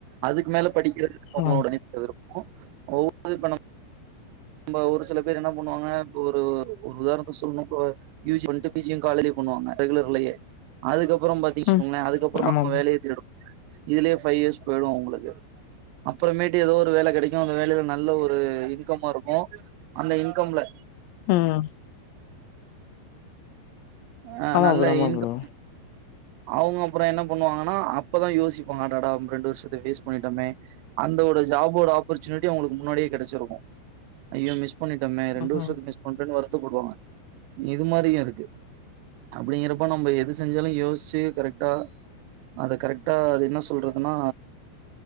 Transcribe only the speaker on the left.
ம்
ம்
ஆமா
ம்
ஆமா
ப்ரோ ஆமா
ப்ரோ
ம்